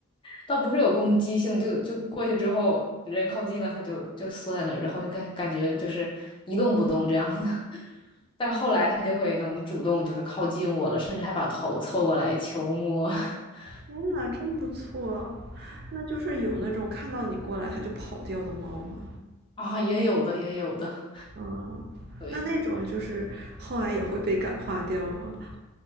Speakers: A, on the left (about 20°); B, on the right (about 45°).
A: 倒不是有攻击性，就就过去之后，人靠近了，它就就缩在那儿，然后就感感觉就是一动不动这样的。<laughs> 但后来它就会能主动就是靠近我了，甚至还把头凑过来求摸。<laughs>
B: 天呐，真不错。那就是有那种看到你过来它就跑掉的猫吗？
A: 啊，也有的，也有的，
B: 嗯，
A: 对，
B: 那那种就是后来也会被感化掉吗？